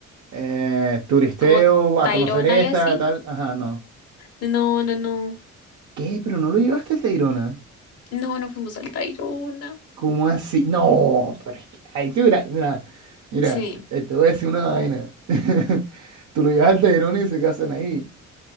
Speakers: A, on the right; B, on the left.
A: eh, turisteo
B: como
A: a
B: Tayrona
A: conocer esta,
B: y así.
A: tal. Ajá, no.
B: No, no, no,
A: ¿Qué? Pero no lo llevaste al Tayrona.
B: no, no fuimos al Tayrona.
A: ¿Cómo así? No, pero es que ahí tú, mira, mira, mira,
B: Sí.
A: te, te voy a decir una vaina. <laughs> Tú lo llevas al Tayrona y se casan ahí.